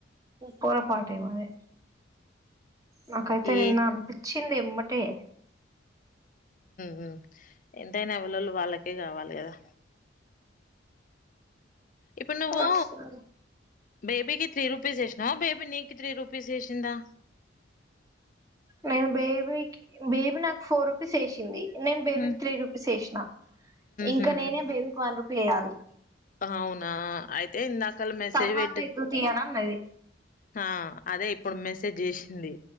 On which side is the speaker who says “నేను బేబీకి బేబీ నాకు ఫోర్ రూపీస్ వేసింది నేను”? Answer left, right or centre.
Right